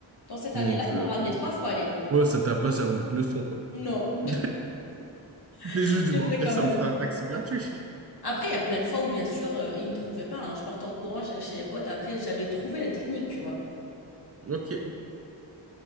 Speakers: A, on the left (about 60°); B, on the right (about 35°).
A: Dans cette
B: Mon
A: année-là,
B: Dieu.
A: ils m'ont ramené trois fois à l'école.
B: Ouais, ça t'a pas servi de leçon, quoi.
A: Non,
B: <laughs> J'ai
A: <laughs>
B: juste du
A: je
B: bon,
A: le faisais
B: au pire,
A: quand
B: ça
A: même.
B: me fera un taxi gratuit.
A: Après, il y a plein de fois où, bien sûr, euh, ils me trouvaient pas. hein. Je partais en courant, j'allais chez mes potes. Après, j'avais trouvé la technique, tu vois.
B: Ok.